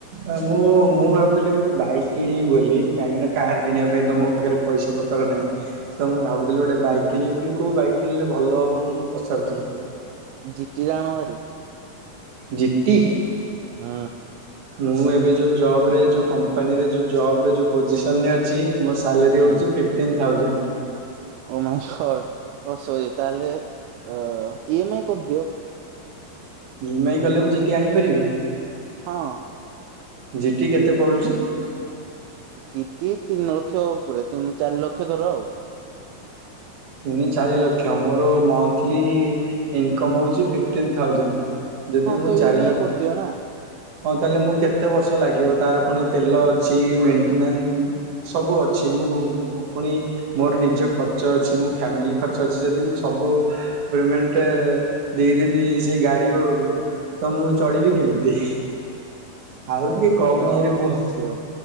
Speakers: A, on the right; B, on the right.
A: ଆ ମୁଁ ମୁଁ ଭାବୁଥିଲି ଗୋଟେ ବାଇକ୍ କିଣିବି ବୋଲି କାହିଁକି ନା କାର କିଣିବା ପାଇଁ ତ ମୋ ପାଖରେ ପଇସା ପତର୍ ନାହିଁ ତ ମୁଁ ଭାବୁଥିଲି ଗୋଟେ ବାଇକ୍ କିଣିବି ବୋଲି କୋଉ ବାଇକ୍ କିଣିଲେ ଭଲ ହବ ମୁଁ ପଚାରୁଥିଲି
B: ଜିଟି୍ ଟା ଆଣ ଭେରି।
A: ଜିଟି୍?
B: ହୁଁ
A: ମୁଁ ଏବେ ଯୋଉ ଜଵ୍ ରେ ଯୋଉ କମ୍ପାନୀରେ ଯୋଉ ଜବ୍ ରେ ଯୋଉ ପୋଜିସନ୍ ରେ ଅଛି ମୋ ସ ସାଲେରୀ ହଉଛି
B: ହୁଁ
A: fifteen thousand.
B: Oh my god oh sorry ତାହେଲେ ଅ ଇ ଏମ୍ ଆଇ କରିଦିଅ।
A: ଇ ଏମ୍ ଆଇ କଲେ ମୁଁ ଜିଟି୍ ଆଣିପାରିବି?
B: ହଁ <inaudible>
A: ଜିଟି କେତେ ପଡୁଛି
B: ଜିଟି ତିନି ଲକ୍ଷ ଉପରେ ତିନି ଚାରି ଲକ୍ଷ ଧର ଆଉ
A: ତିନି ଚାରି ଲକ୍ଷ ମୋର ମନ୍ଥଲି ଇନକମ୍ ହଉଛି ଫିଫ୍ଟିନ୍ ଥାଉଜେଣ୍ଟ୍। ଯଦି
B: ହଁ
A: ମୁଁ
B: ତ
A: ଚାରି
B: ଇ ଏମ ଆଇ
A: ଲକ୍
B: କରିଦିଅ ନା
A: ହଁ ତାହଲେ ମୁଁ କେତେ ବର୍ଷ ଲାଗିବ ତାର ପୁଣି ତେଲ ଅଛି ମେଣ୍ଟେନାଁସ ସବୁ ଅଛି--? ଛି ମୁଁ ପୁଣି ମୋର ନିଜ ଖର୍ଚ୍ଚ ଅଛି ମୋ ଫ୍ୟାମିଲି ଖର୍ଚ୍ଚ ଅଛି ଯଦି ମୁଁ ସବୁ ପେମେଣ୍ଟ ଦେଇଦେବି ସେଇ ଗାଡି କକୁ ତ ମୁଁ ଚଳିବି କେମିତି? ଆଉ ଟିକେ କମ
B: ତ--ଅ-
A: ଇଏରେ କୁହ
B: ସିଓର୍